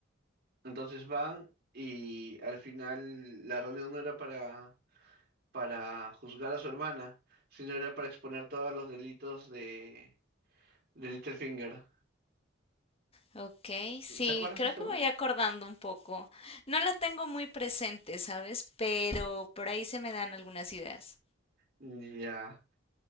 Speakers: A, on the right (about 55°); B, on the left (about 30°).
A: Entonces van y al final la reunión no era para para juzgar a su hermana, sino era para exponer todos los delitos de de Littlefinger.
B: Ok, sí,
A: ¿Te acuerdas
B: creo
A: de eso?
B: que me voy acordando un poco. No la tengo muy presente, ¿sabes? Pero por ahí se me dan algunas ideas.
A: Ya.